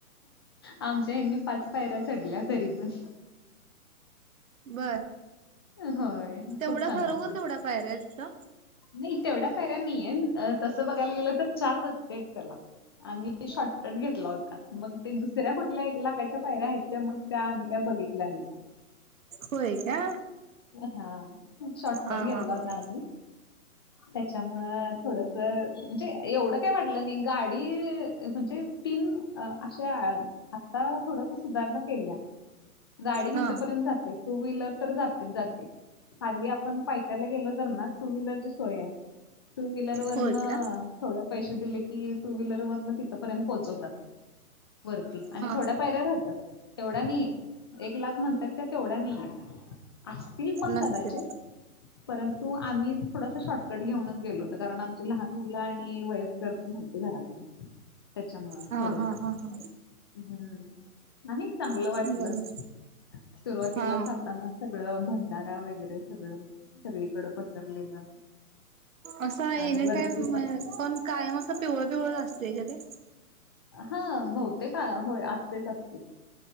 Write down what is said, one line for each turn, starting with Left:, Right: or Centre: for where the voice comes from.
Left: आमच्या यांनी पाच पायऱ्या चढल्या तरी पण.
Right: बरं
Left: होय
Right: तेवढा
Left: खूप छान
Right: खरोघर
Left: वाटलं
Right: तेवढ्या पायऱ्या आहेत का.
Left: नाही तेवढ्या पायऱ्या नाहीेये तसं बघायला गेलं तर चार रस्ते आहेत त्याला आम्ही शॉर्टकट घेतला होता मग ते दुसऱ्या कुठल्या एक लाखाच्या फायऱ्या आहेत त्या मग त्या आम्ही काय बघितल्या नाही.
Right: होय का.
Left: हा खूप शॉर्टकट
Right: हा
Left: घेतला
Right: हा हा
Left: होता आम्ही त्याच्यामुळ थोडस म्हणजे एवढं काय वाटलं नाही गाडी म्हणजे तीन अशा आता थोडस सुधारणा केल्या गाडी तिथपर्यंत
Right: हा
Left: जाते. टू व्हीलर तर जात जाते. खाली आपण पायथ्याला गेलो तर ना टू व्हीलरची सोय आहे टू व्हीलर वरन
Right: होय का
Left: थोड पैसे दिले की टू व्हीलर मधन तिथपर्यंत पोचवतात वरती आणि
Right: हा
Left: थोड्या पायऱ्या राहतात. तेवढा नाही ये एक लाख म्हणतात त्या तेवढा नाही ये. असतील पण
Right: नसतील
Left: कदाचित. परंतु आम्ही थोडासा शॉर्टकट घेऊनच गेलो होत कारण आमची लहान मुलं आणि वयस्कर पण होते घरातले. त्याच्यामुळं
Right: हा
Left: थोडस
Right: हा हा हा
Left: हम्. नाही चांगलं
Right: बरोबर
Left: वाटलं सुरुवातीलाच
Right: हा
Left: जाताना. <unintelligible> भंडारा वगैरे सगळं, सगळीकड पसरलेलं.
Right: असं
Left: आणि
Right: एनी
Left: वरती
Right: टाइम पण कायम असं पिवळ पिवळ असतेय का ते?
Left: हा बहुतेक होय असतेच असते.